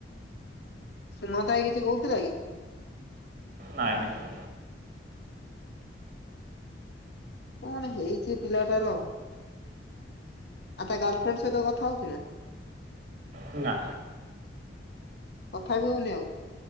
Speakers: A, on the left; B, on the right.
A: ସୁନାଥ ଭାଇ କିଛି କହୁଥିଲା କି?
B: ନାହିଁ ନାହିଁ।
A: କଣ ହେଇଛି ପିଲାଟାର? ଆଉ ତା ଗାଲଫ୍ରେଣ୍ଡ୍ ସହିତ କଥା ହଉଛି ନା?
B: ନା।
A: କଥା ବିି ହଉନି ଆଉ?